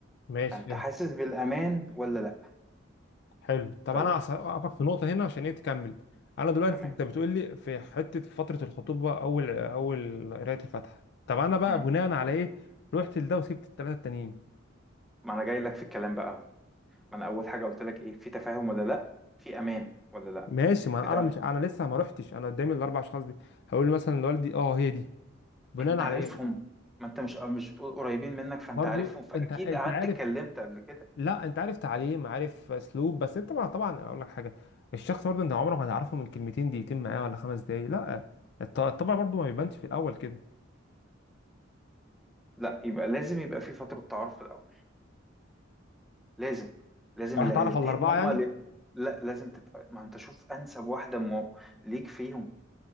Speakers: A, on the left; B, in the centre.
A: ماشي
B: فانت حاسس بالامان ولا لا
A: حلو طب
B: طيب
A: انا هس- هقفك في نقطه هنا عشان ايه تكمل انا دلوقتي
B: تمام
A: انت بتقول لي في حته فتره الخطوبه اول اول قرايه الفاتحه طب انا بقى
B: مم.
A: بناء على ايه رحت لده وسبت الثلاثه التانيين
B: ما انا جاي لك في الكلام بقى اهو ما انا اول حاجه قلت لك ايه في تفاهم ولا لا في امان ولا لا
A: ماشي ما
B: بتاع
A: انا مش انا لسه ما رحتش انا قدامي الاربع اشخاص دي هقول له مثلا لوالدي اه هي دي بناء
B: انت
A: على
B: عارفهم
A: ايه
B: ما انت مش آه، مش قريبين منك فانت
A: برضو
B: عارفهم فاكيد
A: انت انت
B: قعدت
A: عارف
B: اتكلمت قبل كده
A: لا انت عارف تعليم عارف اسلوب بس انت ما طبعا انا اقول لك حاجه الشخص برضه انت عمرك ما هتعرفه من كلمتين دقيقتين معاه ولا خمس دقايق لا الط- الطبع برضه ما بيبانش في الاول كده
B: لا يبقى لازم يبقى في فترة تعارف في الاول لازم لازم
A: راح
B: العيلتين
A: تعرف على الاربعه
B: هما
A: يعني
B: اللي لا لازم تت... ما انت شوف انسب واحدة مو... ليك فيهم